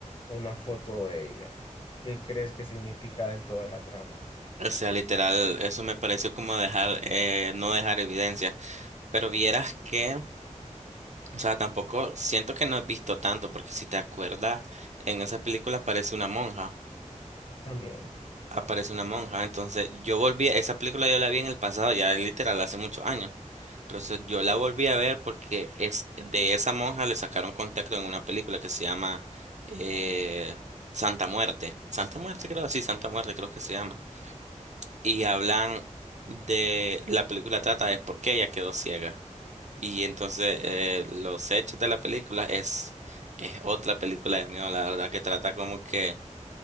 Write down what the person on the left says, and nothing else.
una foto de ella? ¿Qué crees que significa en toda la trama?
También.